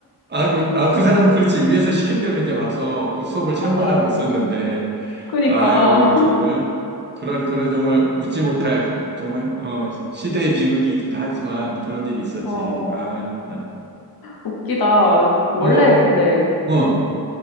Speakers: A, on the right; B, on the left.
A: 아, 그, 아, 그 사람은 그렇지. 위에서 시킨 대로 이제 와서 그 수업을 참관하고
B: 어,
A: 있었는데,
B: 그니까,
A: 아유, 정말, 그런, 그런 정말 웃지 못할, 정말, 어, 시대의 비극이기도 하지만 그런 일이 있었지.
B: 어, 어.
A: 아, 참.
B: 웃기다. 원래
A: 어, 뭐,
B: 근데
A: 어.